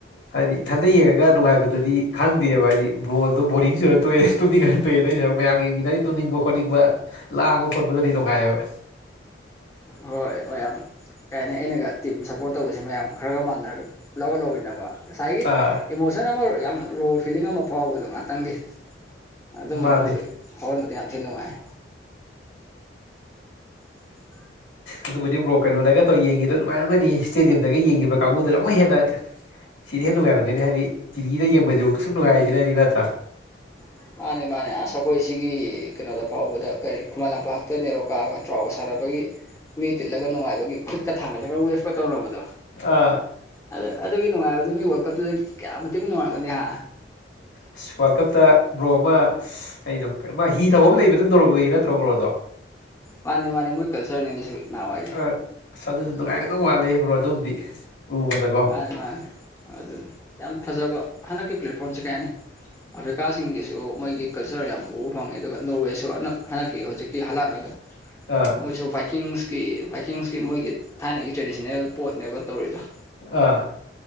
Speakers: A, on the left; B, on the left.
A: ꯍꯥꯏꯗꯤ ꯏꯊꯟꯗ ꯌꯦꯡꯉꯒ ꯅꯨꯡꯉꯥꯏꯕꯗꯨꯗꯤ ꯈꯪꯗꯦꯕ ꯍꯥꯏꯗꯤ ꯕꯣꯜꯗꯣ ꯕꯣꯔꯤꯡꯁꯨꯨꯔ ꯇꯣꯛꯑꯦ ꯇꯨꯝꯅꯤꯡꯉꯅꯤ ꯇꯨꯏ ꯑꯗꯨꯏ ꯁꯔꯨꯛ ꯃꯌꯥꯝ ꯌꯦꯡꯃꯤꯟꯅꯩ ꯇꯨꯝꯅꯤꯡꯕ ꯈꯣꯠꯅꯤꯡꯕ ꯂꯥꯡꯕ ꯈꯣꯠꯄꯗꯨꯅ ꯍꯦꯟꯅ ꯅꯨꯡꯉꯥꯏꯕ
B: ꯍꯣꯏ ꯃꯌꯥꯝ ꯀꯩ ꯍꯥꯏꯅꯤ ꯑꯩꯅꯒ ꯇꯤꯝ ꯁꯞꯄꯣꯔꯠ ꯇꯧꯕꯁꯦ ꯃꯌꯥꯝ ꯈꯔꯒ ꯃꯥꯟꯅꯔꯒ ꯂꯧꯔ ꯂꯧꯃꯤꯟꯅꯕ ꯉꯁꯥꯏꯒꯤ
A: ꯑꯥ
B: ꯏꯃꯣꯁꯟ ꯑꯃ ꯌꯥꯝ ꯔꯣ ꯐꯤꯂꯤꯡ ꯑꯃ ꯐꯥꯎꯕꯗꯣ ꯉꯥꯛꯇꯪꯒꯤ ꯑꯗꯨꯝꯕ
A: ꯃꯥꯅꯤ
B: ꯑꯃꯁꯨ ꯐꯥꯎꯍꯟꯕꯗꯨ ꯌꯥꯝ ꯊꯤ ꯅꯨꯡꯉꯥꯏ <inaudible>
A: ꯑꯗꯨꯕꯨꯗꯤ ꯕ꯭ꯔꯣ ꯀꯩꯅꯣꯗꯒ ꯇꯧ ꯌꯦꯡꯉꯤꯗꯣ ꯑꯨꯡꯉꯥꯏꯅꯔꯝꯒꯅꯤ ꯏꯁꯇꯦꯗꯤꯌꯝꯗꯒ ꯌꯦꯡꯉꯤꯕ ꯀꯥꯡꯕꯨꯗꯨꯅ ꯑꯃꯨꯛ ꯍꯦꯟꯅ ꯁꯤꯗꯩ ꯍꯦꯟꯅ ꯅꯨꯡꯉꯥꯏꯔꯝꯒꯅꯤ ꯍꯥꯏꯗꯤ ꯇꯤꯚꯤꯗ ꯌꯦꯡꯕꯁꯤꯐꯥꯎ ꯁꯨꯛ ꯅꯨꯡꯉꯥꯏꯁꯤꯅꯗꯤ ꯅꯠꯇ꯭ꯔꯥ
B: <unintelligible> ꯃꯥꯅꯦ ꯃꯥꯅꯦ ꯑꯁ ꯑꯩꯈꯣꯏ ꯁꯤꯒꯤ ꯀꯩꯅꯣꯗ ꯐꯥꯎꯕꯗ ꯀꯔꯤ ꯈꯨꯃꯟ ꯂꯝꯄꯥꯛꯇ ꯅꯦꯔꯣꯀꯥꯒ ꯇ꯭ꯔꯥꯎꯒ ꯁꯥꯟꯅꯕꯗ ꯃꯤ ꯇꯤꯠꯂꯒ ꯅꯨꯡꯉꯥꯏꯕꯒꯤ ꯈꯨꯠꯀ ꯊꯥꯡꯒꯠꯂꯒ ꯋꯦꯕꯀ ꯇꯧꯅꯕꯗꯣ
A: ꯑꯥ
B: ꯑ ꯑꯗꯨꯒꯤ ꯅꯨꯡꯉꯥꯏꯕ ꯑꯗꯨ ꯃꯤꯒꯤ ꯀꯞꯇꯨꯗ ꯀꯌꯥ ꯃꯇꯤꯛ ꯅꯨꯡꯉꯥꯏꯔꯝꯒꯅꯤ ꯍꯥ
A: ꯑꯁ ꯋꯥꯔꯜ ꯀꯞꯇ ꯕ꯭ꯔꯣ ꯑꯃ ꯀꯩꯅꯣ ꯃꯥ ꯍꯤ ꯊꯧꯕ ꯑꯃ ꯂꯩꯕꯗꯣ ꯅꯣꯔꯋꯦ ꯅꯠꯇ꯭ꯔꯣ ꯕ꯭ꯔꯣ ꯑꯗꯣ
B: ꯃꯥꯅꯦ ꯃꯥꯅꯦ ꯃꯣꯏ ꯀꯜꯆꯔꯅꯦ ꯑꯗꯨꯁꯨ ꯅꯍꯥꯟꯋꯥꯏꯒꯤ
A: ꯑꯥ ꯑꯁ ꯑꯗꯨꯁꯨ ꯅꯨꯡꯉꯥꯏꯔꯝꯒꯗꯧ ꯃꯥꯂꯦ ꯕ꯭ꯔꯣ ꯑꯗꯨꯝꯗꯤ ꯎꯕꯗꯀꯣ
B: ꯃꯥꯅꯤ ꯃꯥꯅꯤ ꯑꯗꯨꯅꯤ ꯌꯥꯝ ꯐꯖꯕ ꯍꯟꯗꯛꯀꯤ ꯄ꯭ꯂꯦꯠꯐꯣꯝꯁꯦ ꯀꯩ ꯍꯥꯏꯅꯤ ꯑꯐ꯭ꯔꯤꯀꯥꯁꯤꯡꯒꯤꯁꯨ ꯃꯣꯏꯒꯤ ꯀꯜꯆꯔ ꯌꯥꯝ ꯎꯕ ꯐꯪꯉꯦ ꯑꯗꯨꯒ ꯅꯣꯔꯋꯦꯁꯨ ꯍꯟꯗꯛ ꯍꯟꯗꯛꯀꯤ ꯍꯧꯖꯤꯛꯀꯤ ꯍꯂꯥꯟ ꯍꯣꯏꯗꯣ
A: ꯑꯥ
B: ꯃꯣꯏꯁꯨ ꯕꯥꯏꯛꯀꯤꯡꯁꯀꯤ ꯕꯥꯏꯛꯀꯤꯡꯁꯀꯤ ꯃꯣꯏꯒꯤ ꯊꯥꯏꯅꯒꯤ ꯇ꯭ꯔꯦꯗꯤꯁꯅꯦꯜ ꯄꯣꯠꯅꯦꯕ ꯇꯧꯔꯤꯗꯣ
A: ꯑꯥ